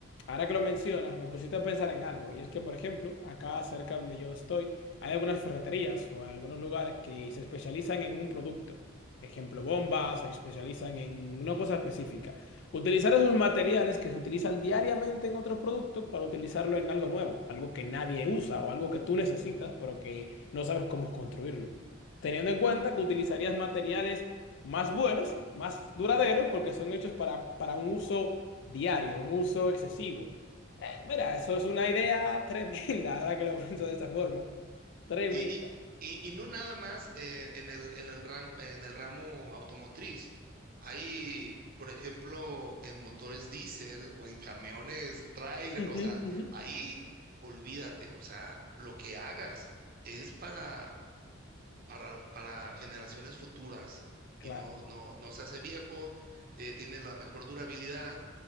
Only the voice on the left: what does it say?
ahora que lo mencionas, me pusiste a pensar en algo, y es que, por ejemplo, acá cerca donde yo estoy, hay algunas ferreterías o algunos lugares que se especializan en un producto. Ejemplo, bombas, se especializan en una cosa específica. Utilizar esos materiales que se utilizan diariamente en otros productos para utilizarlo en algo nuevo, algo que nadie usa o algo que tú necesitas, pero que no sabes cómo construirlo. Teniendo en cuenta que utilizarías materiales más buenos, más duraderos, porque son hechos para, para un uso diario, un uso excesivo. Eh, mira, eso es una idea tremenda, <laughs> ahora que lo pienso de esa forma. Tremenda.
Ujú,
ujú.
Claro.